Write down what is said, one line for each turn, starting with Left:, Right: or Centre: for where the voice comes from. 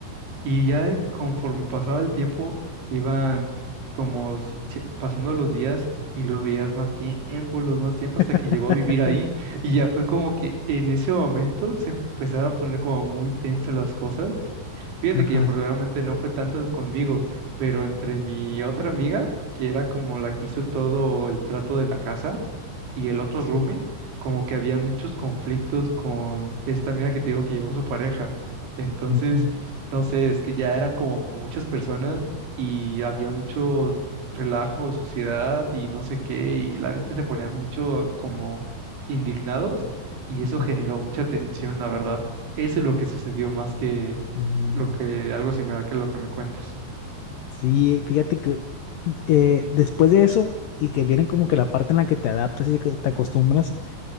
Right: Y ya conforme pasaba el tiempo, iban como si- si- pasando los días y lo veías más tiempo, los más tiempo, hasta
Left: <laughs>
Right: que llegó a vivir ahí. Y ya fue como que en ese momento se empezaba a poner como muy tensas las cosas. Fíjate
Left: Ajá,
Right: que afortunadamente no fue tanto conmigo, pero entre mi otra amiga, que era como la que hizo todo el trato de la casa, y el otro
Left: sí.
Right: roomie, como que había muchos conflictos con esta amiga que te digo que llevó su pareja. Entonces,
Left: Ujú,
Right: no sé, es que ya eran como muchas personas y había mucho relajo, suciedad y no sé qué, y la neta se ponían mucho como indignados y eso
Left: ujú,
Right: generó mucha tensión, la verdad. Eso es lo que sucedió más que
Left: ujú.
Right: lo que algo similar que lo que me cuentas.
Left: Sí, fíjate que eh, después de eso y que viene como que la parte en la que te adaptas y que te acostumbras.